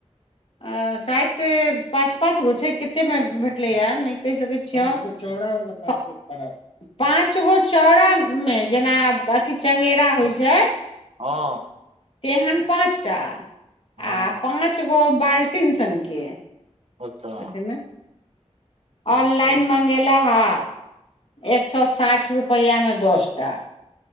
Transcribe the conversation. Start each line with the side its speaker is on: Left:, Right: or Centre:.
Left: अ शायद पाँच पाँच गो छै कतेमे भेटलैए नहि कहि सकैत छिय हम चौड़ा ओय मे पाँच गो खराब छै पाँच गो चौड़ामे जेना अथि चङ्गेरा होइ छै
Right: हँ
Left: तेहन पाँचटा
Right: हँ
Left: आ पाँच गो बाल्टीन सनके
Right: अच्छा
Left: कतेमे ऑनलाइन मंगेला हा एक सए साठि रुपैआमे दस टा